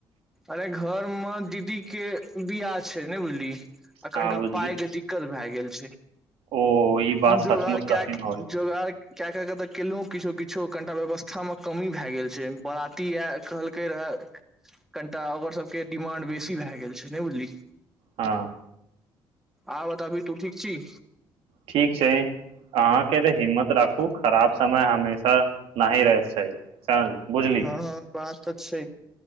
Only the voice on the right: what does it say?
हँ बुझली
ओ ई बात
सचमुच
कठिन
होइ
हँ
ठीक छै आहाँ के हिम्मत राखू खराब समय हमेशा नहि रहै छै- बुझली